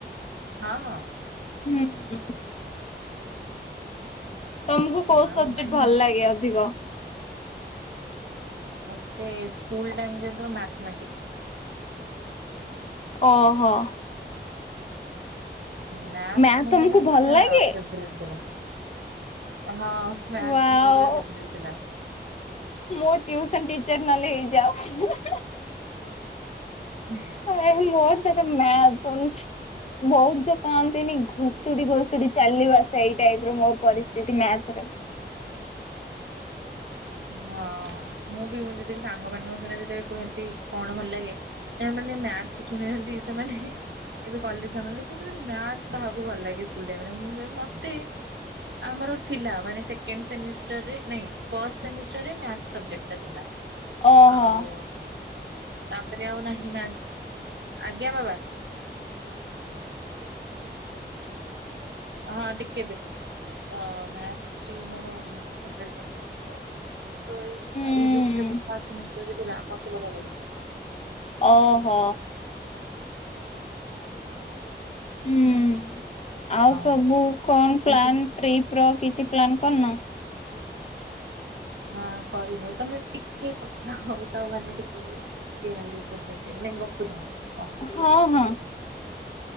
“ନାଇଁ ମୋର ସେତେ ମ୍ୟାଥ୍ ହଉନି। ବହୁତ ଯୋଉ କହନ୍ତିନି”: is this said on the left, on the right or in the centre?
Left